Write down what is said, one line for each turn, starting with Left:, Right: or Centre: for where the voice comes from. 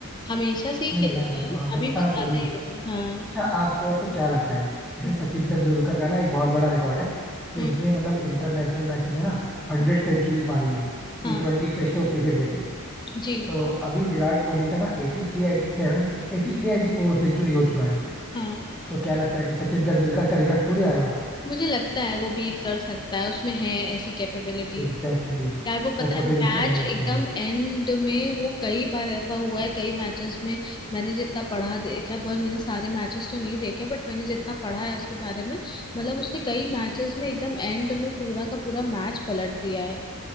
Left: हमेशा से ही
Centre: नहीं
Left: खेलता
Centre: यार वो तो
Left: है
Centre: हमेशा
Left: अभी कुछ ज्यादा
Centre: से ही
Left: ही होता है हाँ
Centre: अच्छा आपको ऐसे क्या लगता है जैसे
Left: हम्म
Centre: सचिन तेंदुलकर का ना एक बहुत बड़ा रिकॉर्ड है कि
Left: हम्म,
Centre: उसने मतलब इंटरनेशनल मैचेस में ना हंड्रेड
Left: जी
Centre: सेंचुरीज मारी है
Left: हाँ
Centre: टी ट्वेंटी टेस्ट और क्रिकेट लेके
Left: जी
Centre: तो अभी विराट कोहली का ना 83 87 83 84 सेंचुरी हो चुका है
Left: हाँ
Centre: तो क्या लगता है कि सचिन तेंदुलकर का रिकॉर्ड टूट जाएगा
Left: मुझे लगता है वो बीट कर सकता है उसमें है ऐसी कैपेबिलिटीज
Centre: Exactly exactly.
Left: यार वो पता
Centre: वो
Left: है
Centre: पोटेंशियल
Left: मैच
Centre: है
Left: एकदम
Centre: इसके लिए
Left: एंड में वो कई बार ऐसा हुआ है कई मैचेस में मैंने जितना पढ़ा देखा है, पर मैंने सारे मैचेस तो नहीं देखे बट मैंने जितना पढ़ा है उसके बारे में मतलब उसने कई मैचेस में एकदम एंड में पूरा का पूरा मैच पलट दिया है